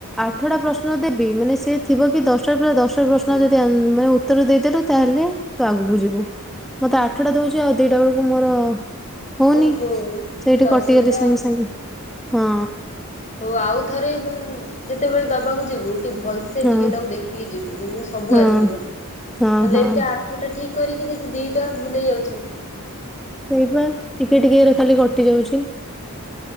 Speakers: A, in the centre; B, on the left (about 30°).
A: ଆଠଟା ପ୍ରଶ୍ନ ଦେବି ମାନେ ସେ ଥିବ କି ଦଶ ଟା ଦଶ ପ୍ରଶ୍ନ ଯଦି ଆନ୍ ‌ମାନେ ଉତ୍ତର ଦେଇଦେଲୁ ତାହେଲେ ତୁ ଆଗକୁ ଯିବୁ। ମତେ ଆଠଟା ଦୋଉଚି ଆଉ ଦିଟା ବେଳକୁ ମୋର ହୋଉନି
B: ଓହୋ
A: ସେଇଠି
B: ଏଟା
A: କଟିଗଲି
B: ଅସୁବିଧା
A: ସାଙ୍ଗେ ସାଙ୍ଗେ ହଁ।
B: ହୋଉ ଆଉ ଥରେ ଉଁ ଯେତେବେଳେ ଦବାକୁ ଯିବୁ ଟିକେ ଭଲ୍‌ସେ
A: ହଁ
B: ଟିକେ ତାକୁ ଦେଖିକି ଯିବୁ ଯେମିତି ସବୁ
A: ହଁ
B: ଆସିବ ନହେଲେ
A: ହଁ ହଁ
B: ଏତେ ଆଠଟା ଠିକ୍ କରିକି ଯଦି ଦିଟା ଭୁଲ ହେଇଯାଉଚି।
A: ସେଇପା ଟିକେ ଟିକେରେ ଖାଲି କଟି ଯାଉଚି।